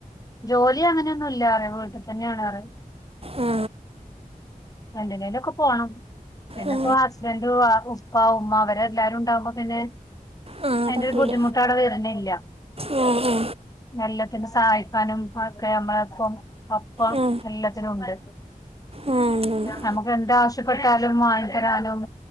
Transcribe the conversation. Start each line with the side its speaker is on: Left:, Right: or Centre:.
Left: ജോലി അങ്ങനെയൊന്നുല്ല ല്ലാറെ വീട്ടിൽ തന്നെയാണേറെ
Right: ആ
Left: എന്തിനേലൊക്കെ പോണം പിന്നെപ്പം
Right: ആ.
Left: ഹസ്ബന്റ്, ഉപ്പ ഉമ്മ ഇവരെല്ലാരും ഉണ്ടാവുമ്പം പിന്നെ
Right: ആ
Left: അയ്ന്റൊരു
Right: പറ്റൂല
Left: ബുദ്ധിമുട്ട് അവിടെ വര്ണില്ല
Right: ആ ആ
Left: എല്ലത്തിനും സഹായി ക്കാനും അതൊക്കെ നമ്മളെപ്പം ഒപ്പം
Right: ആ
Left: എല്ലത്തിനും ഉണ്ട്
Right: ആ ഉണ്ട്, ഉണ്ട്.
Left: നമുക്ക് എന്താവശ്യപ്പെട്ടാലും വാങ്ങിത്തരാനും